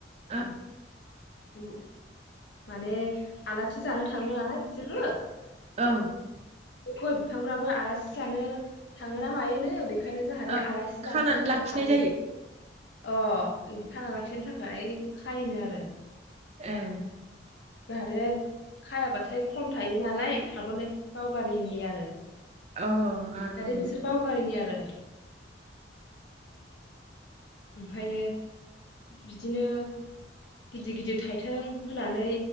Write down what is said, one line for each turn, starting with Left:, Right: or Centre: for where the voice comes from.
Right: आ
Left: बुग माने आलासि जानो थाङो नालाय बिसोरबो
Right: औ
Left: बे गय बिफांफ्राबो आलासि जानो थाङोना मायोनो बेखौ ओंखायनो जाहाथे
Right: औ
Left: आलासि
Right: खानानै
Left: जानोथाबो
Right: लाखिनाय जायो
Left: अ बिदि खाना लाखिनो थाखाय बेखौ खायोनो आरो
Right: एह
Left: जाहाथे खायाबाथाय खम थायो नालाय थाबोनाय बावगारिनि आरो
Right: अ ओं ओं
Left: दाहाथे बिसोर बावगारिनि आरो ओमफ्रायो बिदिनो गिदिर गिदिर थाइथें होनानै